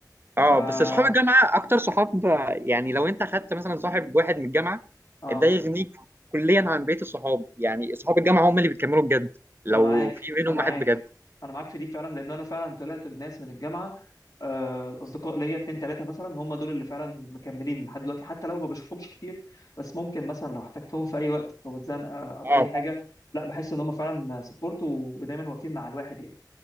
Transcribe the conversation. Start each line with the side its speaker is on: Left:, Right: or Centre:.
Right: اه
Left: فا
Right: بس اصحاب الجامعه اكتر صحاب آه، يعني لو انت خدت مثلا صاحب واحد من الجامعه
Left: اه
Right: ده يغنيك كليا عن بقيه الصحاب يعني اصحاب الجامعه هم اللي بيكملوا بجد لو
Left: انا معاك
Right: في منهم
Left: انا معاك
Right: واحد بجد
Left: انا معاك في دي فعلا لان انا فعلا طلعت بناس من الجامعه آه، اصدقاء ليا اتنين تلاته مثلا هم دول اللي فعلا مكملين لحد دلوقتي حتى لو ما بشوفهمش كتير بس ممكن مثلا لو احتجتهم في اي وقت او اتزنقه او
Right: اه
Left: اي حاجه لا بحس ان هم فعلا سبورت ودايما واقفين مع الواحد يعني